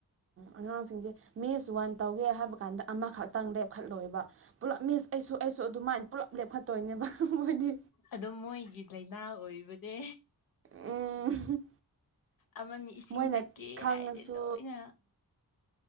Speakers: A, on the right (about 40°); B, on the left (about 70°).
A: ꯑꯉꯥꯡꯁꯤꯡꯁꯦ ꯃꯤꯁ ꯋꯥꯟ ꯇꯧꯒꯦ ꯍꯥꯏꯕ ꯀꯥꯟꯗ ꯑꯃꯈꯛꯇꯪ ꯂꯦꯞꯈꯠꯂꯣꯏꯕ ꯄꯨꯂꯞ ꯃꯤꯁ ꯑꯩꯁꯨ ꯑꯩꯁꯨ ꯑꯗꯨꯃꯥꯏꯅ ꯄꯨꯜꯂꯞ ꯂꯦꯞꯈꯠꯇꯣꯏꯅꯦꯕ ꯃꯣꯏꯗꯤ
B: ꯑꯗꯣ ꯃꯣꯏꯒꯤ ꯂꯥꯏꯅꯥ ꯑꯣꯏꯕꯅꯦ
A: ꯎꯝ
B: ꯑꯃꯅ ꯏꯁꯤꯡ
A: ꯃꯣꯏꯅ
B: ꯊꯛꯀꯦ
A: ꯈꯪꯉꯁꯨ
B: ꯍꯥꯏꯔꯗꯤ ꯂꯣꯏꯅ